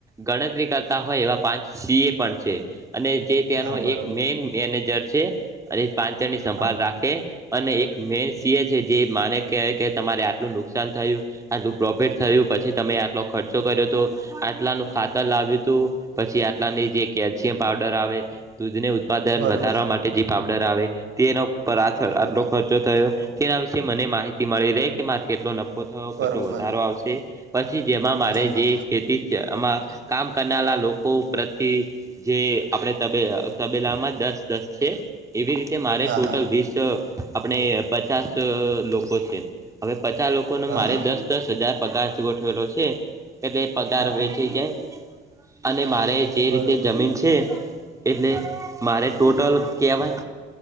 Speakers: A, on the right (about 15°); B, on the right (about 75°).
A: ગણતરી કરતા હોય એવા પાંચ સી. એ. પણ છે. અને જે ત્યાંનો
B: હા બરોબર
A: એક મેન મેનેજર છે, અને પાંચ જણની સંભાળ
B: હા
A: રા કે અને એક મેન સી. એ. છે, જે માને કેહે કે તમારે આટલું નુકસાન થયું. આટલું પ્રોફિટ થયું પછી તમે આટલો ખર્ચો કર્યો હતો, આટલાનું ખાતર લાવ્યું હતું, પછી આટલાની જે કેલ્શિયમ પાવડર આવે, દૂધને ઉત્પાદન
B: બરોબર
A: વધારવા માટે જે પાવડર આવે, તેનો પર આ
B: હમ
A: આટલો ખર્ચો થયો તેના વિશે મને માહિતી મળી રહે કે મા કેટલો ન થયો
B: બરોબર
A: કેટલો વધારો આવશે, પછી જેમાં મારે
B: હા હા
A: જે તેથી છે એમાં કામ કરનારા લોકો પ્રત્યે જે આપણે, તબે તબેલામાં દસ દસ છે એવી રીતે મારે
B: હા
A: ટોટલ
B: હા
A: વીસ, આપણે પચાસ લોકો છે હવે પચાસ લોકો
B: હા
A: ને મારે
B: હા
A: દસ, દસ હજાર પગાર ગોઠવેલો છે એટલે પગાર
B: હા
A: વેચાય
B: હા
A: જાય. અને મારે જે
B: બરોબર
A: રીતે જમીન છે. એટલે મારે ટોટલ કેવાય.